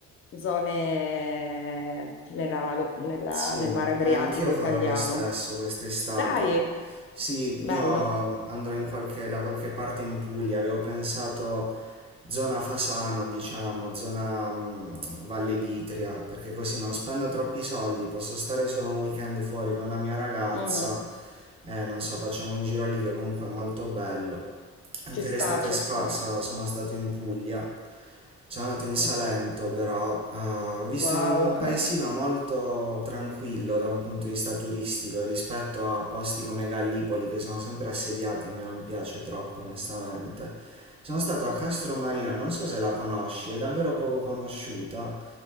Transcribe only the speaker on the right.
Sì,
eh, anch'io
farò lo stesso quest'estate.
Sì,
io andrò in qualche- da qualche parte in Puglia, avevo pensato zona Fasano, diciamo, zona mm, Valle d'Itria, perché così non spendo troppi soldi, posso stare solo un weekend fuori con la mia ragazza
Eh, non so, facciamo un giro lì che comunque è molto bello. Anche
l'estate
scorsa
sono stato in Puglia, sono andato in Salento
però, eh, ho visto
un paesino
molto tranquillo da un punto di vista turistico rispetto a posti come Gallipoli che sono sempre assediati, a me non piace troppo onestamente. Sono stato a
Castromarina, non so se la conosci, è davvero poco conosciuta,